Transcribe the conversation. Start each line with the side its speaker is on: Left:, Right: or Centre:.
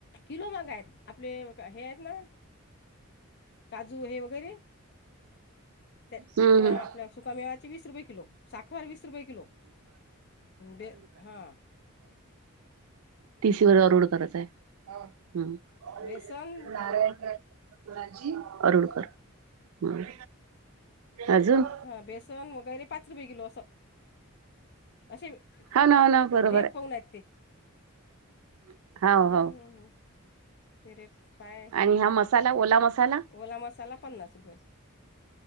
Left: किलो माग हायत आपले हे हायत ना काजू हे वगैरे ते
Right: हम्म
Left: हा
Right: हम्म
Left: आपल्या सुका मेवाचे वीस रुपये किलो साखर वीस रुपये किलो. बे हां
Right: ती शिवर रोड करत आहे. हम्म
Left: बेसन
Right: नारायन राज. अरुडकर हम्म अजून
Left: हा बेसन वगैरे पाच रुपये कीलो असं. अशे
Right: हो ना
Left: हा
Right: हो ना बरोबर
Left: रेट पाहून आहेत ते,
Right: आहे हो
Left: हम्म
Right: हो
Left: हम्म हम्म. ते रेट पाय
Right: आणि हा मसाला ओला मसाला
Left: ओला मसाला पन्नास रुपये.